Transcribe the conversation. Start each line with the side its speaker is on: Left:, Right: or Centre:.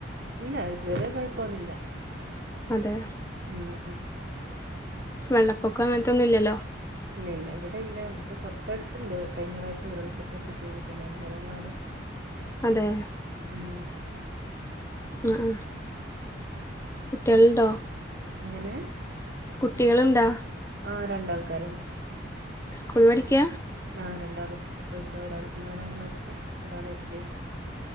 Right: ഇല്ല ഇതുവരെ കോയപ്പോന്നില്ല
Left: അതെ
Right: ഉം
Left: വെള്ളപ്പൊക്കം അങ്ങൻത്തൊന്നും ഇല്ലല്ലോ
Right: ഇല്ല ഇല്ല ഇവിടെ ഇല്ല ഇവടട്ത്ത് കൊർച്ചട്ത്ത്ണ്ട് കഴിഞ്ഞറാശ്യം ഉരുൾപൊട്ടൊക്കെ ചെയ്തിട്ടുണ്ടായിരുന്നു വെലങ്ങാട്
Left: അതെ
Right: ഉം
Left: ആഹ് ആഹ് കുട്യൾണ്ടോ
Right: എങ്ങനെ
Left: കുട്ടികള്ണ്ടാ
Right: ആഹ് രണ്ടാൾക്കാര്ണ്ട്
Left: സ്കൂൾ പഠിക്യാ
Right: ആ രണ്ടാള് സ്കൂള് പൊയ്ക്ക ഒരാള് നാലാം ക്ലാസ് ഒരാള് എൽ കെ ജി